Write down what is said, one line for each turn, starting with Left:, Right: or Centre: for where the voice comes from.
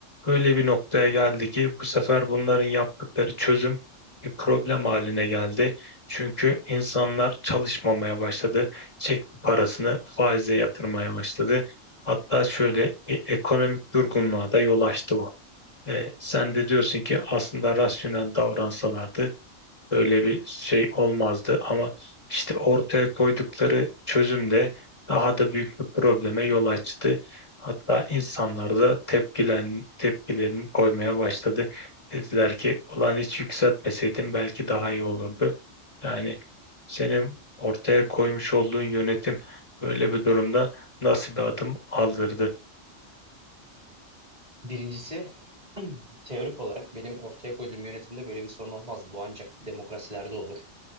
Left: Öyle bir noktaya geldi ki bu sefer bunların yaptıkları çözüm bir problem haline geldi. Çünkü insanlar çalışmamaya başladı. Çek parasını faize yatırmaya başladı. Hatta şöyle bir ekonomik durgunluğa da yol açtı bu. E, sen de diyorsun ki aslında rasyonel davransalardı böyle bir şey olmazdı ama işte ortaya koydukları çözüm de daha da büyük bir probleme yol açtı. Hatta insanlar da tepkilen, tepkilerini koymaya başladı. Dediler ki ulan hiç yükseltmeseydin belki daha iyi olurdu. Yani senin ortaya koymuş olduğun yönetim böyle bir durumda nasıl bir adım aldırdı?
Right: Birincisi <clears throat> teorik olarak benim ortaya koyduğum yönetimde böyle bir sorun olmazdı. Bu ancak demokrasilerde olur.